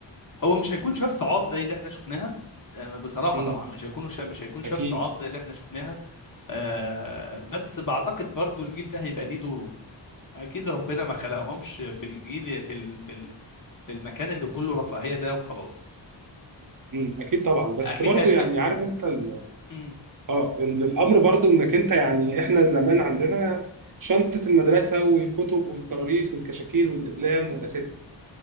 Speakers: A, on the left; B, on the right.
A: هو مش هيكون شاف صعاب زي اللي احنا شفناها انا بصراحه
B: مم.
A: طبعا مش هيكونوا شا... مش هيكون شاف
B: اكيد
A: صعاب زي اللي احنا شفناها آه بس بعتقد برضو الجيل ده هيبقى ليه دوره اكيد ربنا ما خلقهمش في الجيل في ال... في ال... في المكان اللي كله رفاهيه ده وخلاص
B: مم. اكيد طبعا بس
A: اكيد
B: برضو
A: هيبقى
B: يعني
A: ليه
B: عارف
A: دور
B: انت ال...
A: مم.
B: اه ال- الامر برضو انك انت يعني احنا زمان عندنا شنطه المدرسه والكتب والكراريس والكشاكيل والاقلام والاساتذه